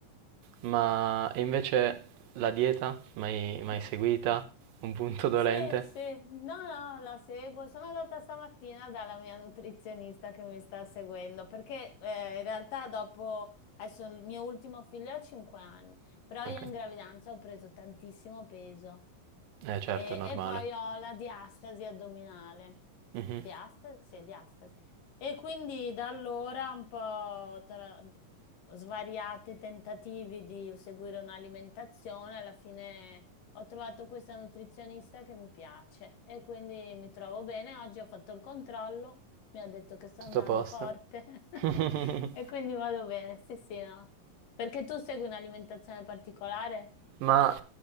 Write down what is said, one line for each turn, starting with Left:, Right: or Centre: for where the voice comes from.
Right: Ma e invece la dieta, mai, mai
Left: Mm.
Right: seguita? Un punto dolente?
Left: Sì, sì, no, no, la seguo. Sono andata stamattina dalla mia nutrizionista che mi sta seguendo, perché eh, in realtà dopo, adesso il mio ultimo figlio ha 5 anni, però
Right: Ok,
Left: io in gravidanza ho preso tantissimo peso.
Right: eh certo,
Left: E,
Right: è normale.
Left: e poi ho la diastasi addominale.
Right: Mhm.
Left: Diastasi? Sì, diastasi. E quindi da allora un po' tra svariati tentativi di seguire un'alimentazione, alla fine ho trovato questa nutrizionista che mi piace e quindi mi trovo bene. Oggi ho fatto il controllo, mi ha detto che sto
Right: Tutto
Left: andando
Right: a posto.
Left: forte <laughs>
Right: <laughs>
Left: e quindi vado bene. Sì, sì, no. Perché tu segui un'alimentazione particolare?
Right: Ma